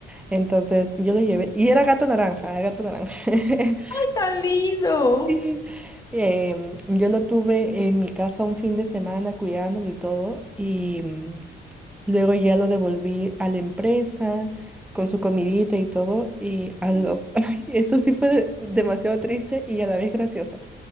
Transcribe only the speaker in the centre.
Entonces yo lo llevé y era gato naranja, gato naranja. <laughs>
Sí. Em, yo lo tuve en mi casa un fin de semana cuidándolo y todo, y mm, luego ya lo devolví a la empresa con su comidita y todo, y a
los... <laughs> ay, esto sí fue de- demasiado triste y a la vez gracioso.